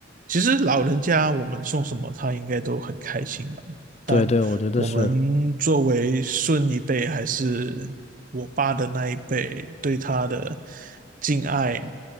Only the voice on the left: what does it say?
对对，我觉得是，